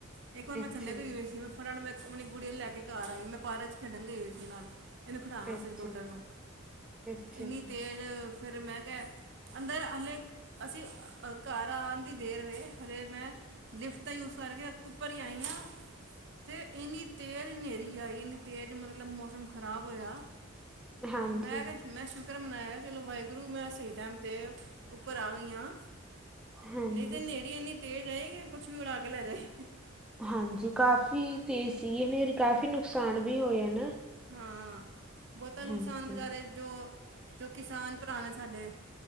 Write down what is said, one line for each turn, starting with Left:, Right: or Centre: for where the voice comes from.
Right: ਇੱਕ ਵਾਰ ਮੈਂ
Centre: ਅੱਛਾ
Right: ਥੱਲੇ
Centre: ਜੀ
Right: ਗਈ ਹੋਈ ਸੀ। ਫਟਾਫਟ ਮੈਂ ਆਪਣੀ ਗੁਡੀ ਨੂੰ ਲੈ ਕੇ ਘਰ ਆਈ, ਮੈਂ ਪਾਰਕ ਚ ਖੇਡਣ ਗਈ ਹੋਈ ਸੀ ਉਸਦੇ ਨਾਲ। ਇਹਨੂੰ ਖਡਾਣ ਵਾਸਤੇ
Centre: ਅੱਛਾ
Right: ਡੋਟਰ
Centre: ਜੀ,
Right: ਨੂੰ,
Centre: ਅੱਛਾ
Right: ਇੰਨੀ
Centre: ਜੀ
Right: ਤੇਜ਼ ਫਿਰ ਮੈਂ ਕਿਹਾ ਅੰਦਰ ਹਲੇੇ, ਅਸੀਂ ਅਹ ਘਰ ਆਣ ਦੀ ਦੇਰ ਵੇ, ਹਲੇ ਮੈਂ ਲਿਫਟ ਦਾ ਯੂਜ ਕਰਕੇ ਉੱਪਰ ਹੀ ਆਈ ਆਂ। ਤੇ ਏਨੀ ਤੇਜ਼ ਨ੍ਹੇਰੀ ਆਈ ਇੰਨੀ ਤੇਜ਼, ਮਤਲਬ ਮੌਸਮ ਖਰਾਬ ਹੋਇਆ।
Centre: ਹਾਂਜੀ
Right: ਉਹ ਮੈਂ ਕਿਹਾ ਮੈਂ ਸ਼ੁਕਰ ਮਨਾਇਆ ਚਲੋ ਵਾਹਿਗੁਰੂ, ਮੈਂ ਸਹੀ ਟਾਈਮ ਤੇ ਉੱਪਰ ਆ ਗਈ ਆਂ।
Centre: ਹਾਂਜੀ
Right: ਨਹੀਂ ਤੇ ਨੇਰੀ ਏਨੀ ਤੇਜ਼ ਆਈ, ਕਿ ਕੁਛ ਵੀ ਉਡਾ ਕੇ ਲੈ ਜਾਏ।
Centre: ਹਾਂਜੀ, ਕਾਫੀ ਤੇਜ਼ ਸੀ ਹਨੇਰੀ, ਕਾਫ਼ੀ ਨੁਕਸਾਨ ਵੀ ਹੋਇਆ ਨਾ।
Right: ਹਾਂ, ਬੋਤਾ ਨੁਕਸਾਨ
Centre: ਹਾਂਜੀ
Right: ਬਚਾਰੇ ਜੋ-ਜੋ ਕਿਸਾਨ ਭਰਾ ਨੇ ਸਾਡੇ।